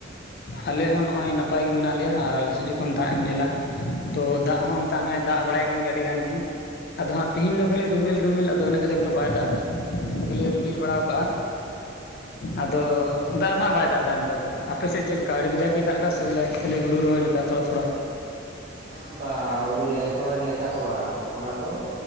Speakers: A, on the left (about 55°); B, on the right (about 35°).
A: ᱟᱞᱮ ᱦᱚᱸ ᱱᱚᱜ-ᱚᱭ ᱱᱟᱯᱟᱭ ᱜᱮ ᱢᱮᱱᱟᱜ ᱞᱮᱭᱟ ᱟᱨ ᱟᱞᱮ ᱥᱮᱡ ᱡᱚᱠᱷᱚᱱ ᱫᱟᱜ ᱮᱢ ᱧᱮᱞᱟ ᱛᱚ ᱫᱟᱜ ᱦᱚᱸ ᱢᱮᱛᱟᱜ ᱢᱮ ᱫᱟᱜ ᱵᱟᱲᱟᱭ ᱠᱟᱱᱜᱮ ᱟᱹᱰᱤ ᱜᱟᱱ ᱜᱮ᱾ ᱟᱫᱚ ᱦᱟᱜ ᱛᱤᱦᱤᱧ ᱫᱚ ᱠᱷᱟᱹᱞᱤ ᱨᱤᱢᱤᱞ ᱨᱤᱢᱤᱞ ᱟᱫᱚ ᱤᱱᱟᱹᱜ ᱠᱟᱡᱟᱠ ᱫᱚ ᱵᱟᱭ ᱫᱟᱜ ᱫᱟ ᱠᱷᱟᱹᱞᱤ ᱨᱤᱢᱤᱞ ᱵᱟᱲᱟᱣ ᱠᱟᱜ-ᱟ ᱟᱫᱚ
B: ᱚ
A: ᱫᱟᱜ ᱫᱚ ᱦᱟᱜ ᱵᱟᱭ ᱫᱟᱜ ᱫᱟ ᱱᱤᱛᱚᱜ ᱫᱚ ᱟᱯᱮ ᱥᱮᱫ ᱪᱮᱫ ᱠᱟ ᱟᱹᱰᱤ ᱠᱟᱡᱟᱠ ᱜᱮ ᱫᱟᱜ ᱫᱟ ᱥᱮ ᱵᱚᱞᱮ ᱠᱷᱟᱹᱞᱤ ᱦᱩᱲᱩ ᱨᱚᱦᱚᱭ ᱞᱮᱠᱟ ᱛᱷᱚᱲᱟ ᱛᱷᱚᱲᱟ
B: ᱵᱟᱝ ᱵᱟᱝ ᱦᱩᱲᱩ ᱞᱮ ᱞᱚᱦᱚᱭ ᱞᱮᱠᱟ ᱦᱚᱸ ᱵᱟᱝ ᱚᱱᱟ ᱫᱚ